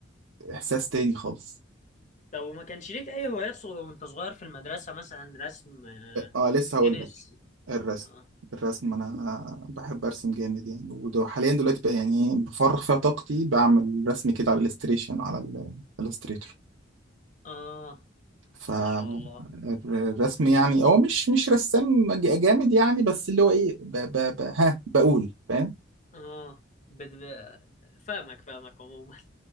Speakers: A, on the right; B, on the left.
A: احساس تاني خالص
B: طب وما كانش ليك أي هوايات صغ- وأنت صغير في المدرسة مثلا رسم آه،
A: اه لسه هقول
B: تنس
A: لك الرسم
B: آه.
A: الرسم انا بحب ارسم جامد يعني وحاليا دلوقتي بقى يعني بفرغ فيها طاقتي بعمل رسم كده على الاستريشن على الاستريتور
B: آه
A: فالرسم
B: ما شاء الله
A: يعني هو مش مش رسام ج- جامد يعني بس اللي هو ايه ب... ب... ب... ها بقول فاهم
B: آه بت... ب- فاهمك فاهمك عموما <laughs>